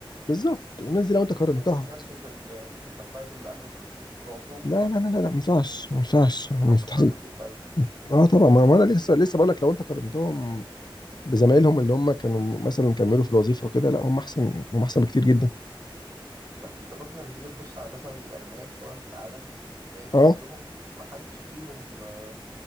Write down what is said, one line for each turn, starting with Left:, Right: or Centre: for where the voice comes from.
Left: بالظبط والناس دي لو انت
Right: لكن
Left: قارنتها
Right: ما يرميش نفسه في ال- في الحته بتاعت اللي عامل التقليد طول عمره
Left: لا لا لا لا لا ما ينفعش ما ينفعش
Right: هيطلع
Left: مستحيل
Right: خسران اكيد فعلا
Left: اه طبعا ما ما انا لسه لسه بقول لك لو انت قارنتهم بزمايلهم اللي هم كانوا مثلا كملوا في الوظيفه وكده لا هم احسن هم احسن بكتير جدا
Right: ما- انت برضو لما تيجي تبص على مثلا الاغنياء بتوع العالم هتلاقي كلهم
Left: اه
Right: ما حدش فيهم آه،